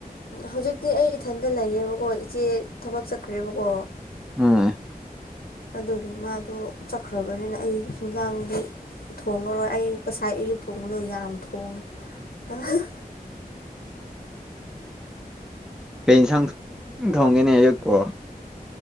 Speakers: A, on the left; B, in the centre.
A: ꯍꯧꯖꯤꯛꯇꯤ ꯑꯩ ꯏꯊꯟꯗ ꯂꯩꯌꯦꯕꯀꯣ ꯏꯆꯦ ꯊꯕꯛ ꯆꯠꯈ꯭ꯔꯦꯕꯀꯣ
B: ꯎꯝ
A: ꯑꯗꯨꯒꯤ ꯃꯥꯗꯣ ꯆꯠꯈ꯭ꯔꯕꯅꯤꯅ ꯑꯩ ꯌꯦꯟꯖꯥꯡꯗꯤ ꯊꯣꯡꯉꯔꯣꯏ ꯑꯩ ꯉꯁꯥꯏ ꯑꯌꯨꯛ ꯊꯣꯡꯕꯗꯣ ꯌꯥꯝ ꯊꯣꯡꯉꯦ ꯑꯍꯥ <inaudible>
B: ꯀꯩ ꯌꯦꯟꯁꯥꯡ ꯊꯣꯡꯒꯦꯅꯦ ꯑꯌꯨꯛꯄꯣ